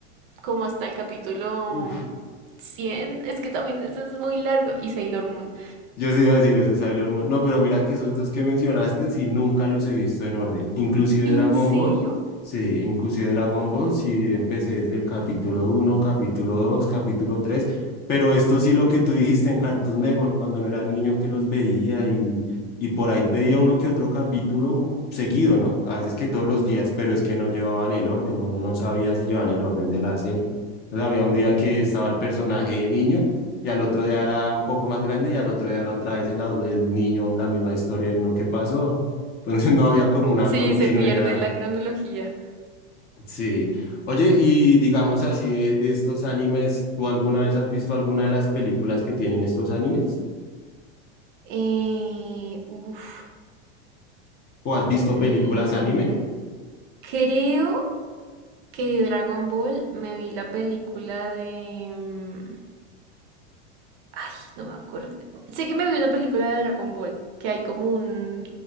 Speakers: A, on the right; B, on the left.
A: como hasta el capítulo
B: Uf.
A: cien Es que también ese es muy largo. Y Sailor Moon.
B: Yo sí iba a decir ese es Sailor Moon. No, pero mira que esos dos que mencionaste, sí, nunca los he visto en orden. Inclusive
A: ¿En
B: Dragon
A: serio?
B: Ball, sí, inclusive Dragon Ball, sí, empecé desde el capítulo uno capítulo 2 capítulo 3 pero esto sí lo que tú dijiste en Cartoon Network, cuando no era niño que los veía y, y por ahí veía uno que otro capítulo seguido, ¿no? A veces que todos los días, pero es que no llevaban el orden, uno no sabía si llevaban el orden de la serie. Entonces, había un día que estaba el personaje de niño y al otro día era un poco más grande y al otro día era otra vez el, adu- el niño, la misma historia y uno, ¿qué pasó? <laughs> Entonces no había como una
A: Sí,
B: continuidad.
A: se pierde la cronología.
B: Sí. Oye, y digamos así de, de estos animes, ¿tú alguna vez has visto alguna de las películas que tienen estos animes?
A: Eh, uf.
B: ¿O has visto
A: Mm,
B: películas anime?
A: creo que Dragon Ball me vi la película de... mm, Ay, no me acuerdo. Sé que me vi una película de Dragon Ball, que hay como un...